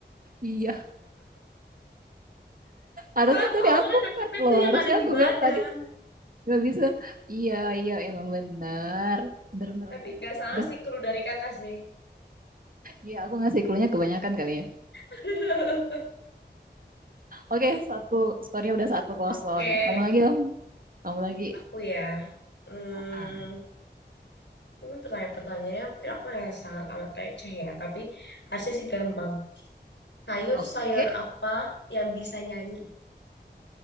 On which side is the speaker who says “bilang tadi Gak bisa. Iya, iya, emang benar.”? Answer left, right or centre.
Right